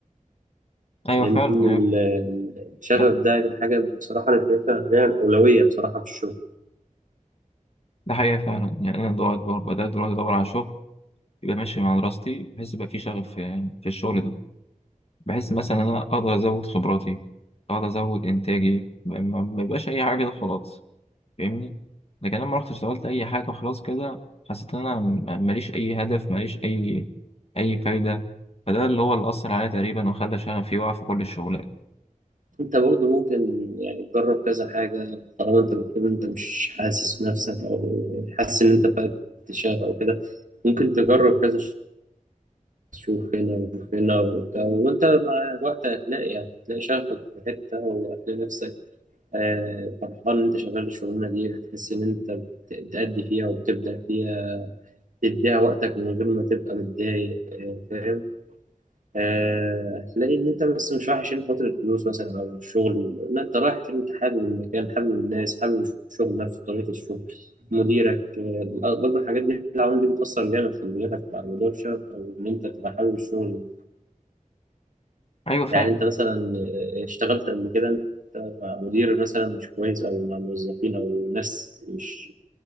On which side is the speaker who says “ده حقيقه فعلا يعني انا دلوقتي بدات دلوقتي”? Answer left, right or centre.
Left